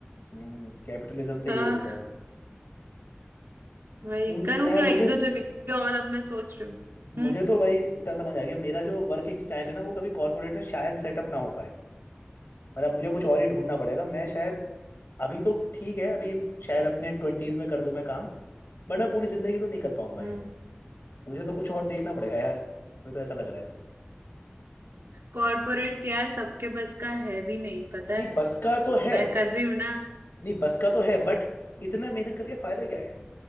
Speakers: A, on the left (about 70°); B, on the right (about 75°).
A: हम्म कैपिटलिज्म से
B: हाँ
A: यही होता है
B: वही
A: मैं
B: करूंगी
A: मुझे
B: एक दो जगह और अब मैं सोच रही हूँ हम्म
A: मुझे तो भाई इतना समझ आ गया मेरा जो वर्किंग स्टाइल है ना वो कभी कॉर्पोरेट में शायद सेटअप ना हो पाए मतलब मुझे कुछ और ही ढूंढना पड़ेगा मैं शायद अभी तो ठीक है अभी शायद अपने ट्वेंटीज में कर लूँ मैं काम बट अब पूरी जिंदगी तो नहीं कर पाऊंगा
B: हम्म
A: ये मुझे तो कुछ और देखना पड़ेगा यार मुझे तो ऐसा लग रहा है
B: कॉर्पोरेट यार सबके बस का है भी नहीं पता
A: नहीं
B: है
A: बस का तो है
B: मैं कर रही हूँ ना
A: नहीं बस का तो है बट इतना मेहनत करके फायदा क्या है